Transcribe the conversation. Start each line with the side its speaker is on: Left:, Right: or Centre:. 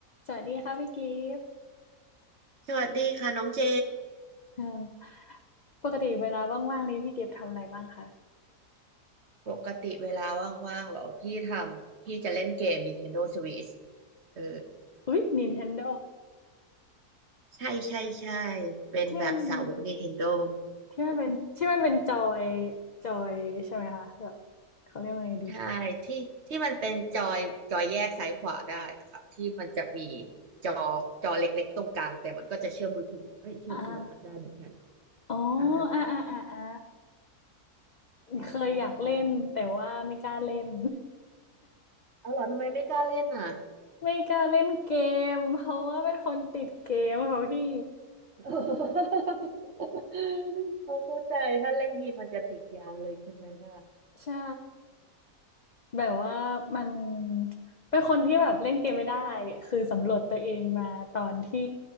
Left: สวัสดีค่ะพี่กิฟต์
Right: สวัสดีค่ะน้องเจ
Left: เอ่อปกติเวลาว่างๆนี้พี่กิฟต์ทำอะไรบ้างคะ
Right: ปกติเวลาว่างๆเหรอพี่ทำพี่จะเล่นเกม Nintendo Switch เออ
Left: อุ๊ย Nintendo
Right: ใช่ใช่ใช่เป็นแบบสาวก
Left: ที่มัน
Right: Nintendo <laughs>
Left: ที่มันเป็นที่มันเป็นจอยจอยใช่ไหมคะแบบเขาเรียกว่าไงดี
Right: ใช่ที่ที่มันเป็นจอยจอยแยกซ้ายขวาได้อะค่ะที่มันจะมีจอจอเล็กๆตรงกลางแต่มันก็จะเชื่อมมือถือเอ้ยเชื่อมโทรทัศน์ได้เหมือนกัน
Left: อ่าอ๋อ
Right: อ่า
Left: อ่าอ่าอ่าอ่า
Right: ใช่ใช่ใช่
Left: เคยอยากเล่นแต่ว่าไม่กล้าเล่น
Right: เอาเหรอทำไมไม่กล้าเล่นอ่ะ
Left: <laughs> ไม่กล้าเล่นเกมเพราะว่าเป็นคนติดเกมเขาพี่
Right: <laughs> พอเข้าใจถ้าเล่นทีมันจะติดยาวเลยใช่ไหมล่ะ
Left: ใช่ แบบว่ามัน
Right: อืม
Left: เป็นคนที่แบบเล่นเกมไม่ได้คือสำรวจตัวเองมาตอนที่